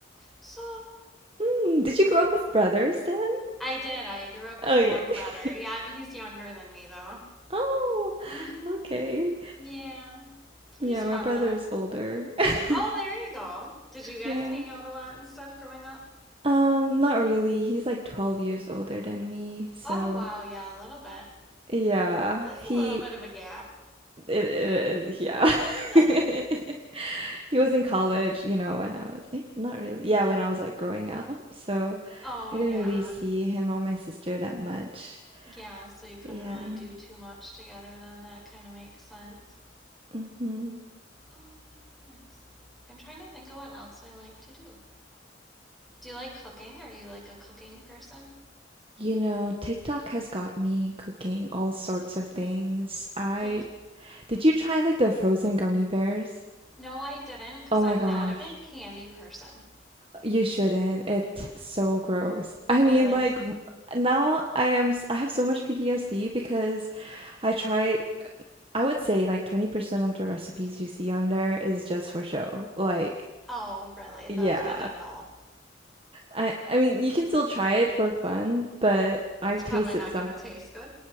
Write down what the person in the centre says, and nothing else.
So,
uh,
I did. I grew up with
one brother.
Yeah, he's younger than me though.
Mhm.
Yeah.
He's fun
though.
Oh, there you go. Did you guys
hang out a lot and stuff growing up?
Oh, wow. Yeah, a little bit.
That's
a little bit of a gap.
<laughs>
oh,
yeah.
Yeah, so you couldn't
really do too much together then. That kind of makes sense.
Oh, my goodness. I'm trying to think of what else I like to do. Do you like cooking? Are you like a cooking person?
Really?
No, I didn't because
I'm
not a big candy person.
Really?
Oh, really?
That's good to know.
<laughs>
it's probably
not
going to taste good.